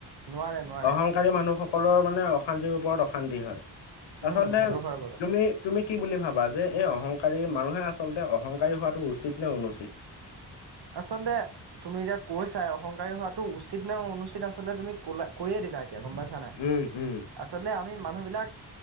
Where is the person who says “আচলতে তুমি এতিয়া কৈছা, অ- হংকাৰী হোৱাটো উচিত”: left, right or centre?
Right